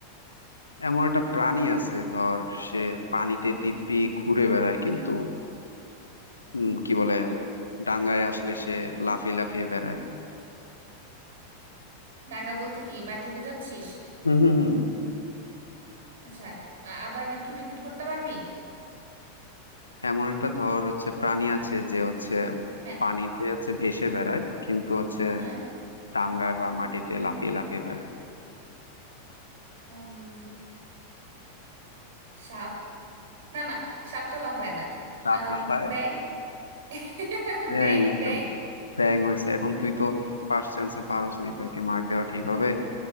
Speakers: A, on the left; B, on the right.
A: এমন একটা প্রাণী আছে ধর সে পানিতে দিব্যি ঘুরে বেড়ায় কিন্তু উম, কি বলে ডাঙায় আসলে সে লাফিয়ে লাফিয়ে বেড়ায়
B: ডাঙ্গা বলতে কি মাটি বোঝাচ্ছিস
A: হুম হুম হুম।
B: আচ্ছা আ- আবার একটু রিপিট করতে পারবি
A: এমন একটা ধর হচ্ছে প্রাণী আছে যে হচ্ছে
B: হ্যাঁ
A: পানিতে হচ্ছে ভেসে বেড়ায় কিন্তু হচ্ছে
B: হ্যাঁ
A: ডাঙায় বা মাটিতে লাফিয়ে লাফিয়ে বেড়ায়
B: উম, সাপ না না সাপ তো লাফায় না
A: সাপ
B: আম,
A: লাফায়
B: ব্যাং <laughs>
A: ব্যাঙ
B: ব্যাং
A: এই
B: ব্যাং
A: তো ব্যাঙ হয়েছে এখন তুই তো ফার্স্ট চান্সে পারস নাই তোর কি মার্ক দেওয়া ঠিক হবে